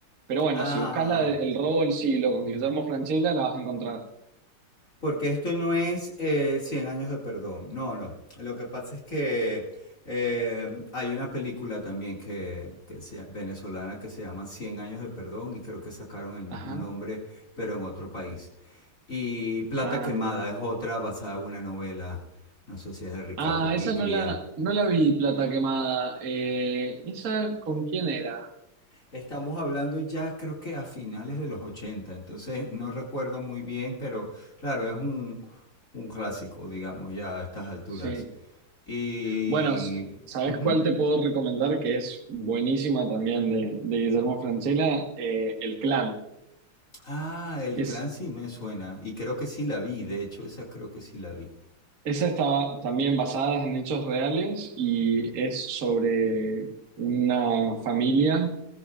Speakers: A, on the right (about 45°); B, on the left (about 40°).
A: Pero bueno,
B: ah,
A: si buscas la de El robo del siglo con Guillermo Francella, la vas a encontrar.
B: porque esto no es eh, 100 años de perdón. No, no. Lo que pasa es que eh, hay una película también que, que se- venezolana que se llama 100 años de perdón y creo que sacaron el mismo
A: Ajá.
B: nombre, pero en otro país. Y Plata
A: Ah,
B: Quemada
A: mira.
B: es otra basada en una novela, no sé si es de Ricardo
A: Ah, esa
B: Piglia.
A: no la, no la vi, Plata Quemada. Eh, ¿esa con quién era?
B: Estamos hablando ya creo que a finales de los 80 entonces no recuerdo muy bien, pero claro, es un, un clásico, digamos, ya a estas alturas.
A: Sí.
B: Y...
A: Bueno, s- ¿sabes
B: ujú.
A: cuál te puedo recomendar que es buenísima también de, de Guillermo Francella? Eh, El Clan.
B: Ah, el
A: Es
B: clan sí me suena, y creo que sí la vi, de hecho, esa creo que sí la vi.
A: Esa está también basada en hechos reales y es sobre una familia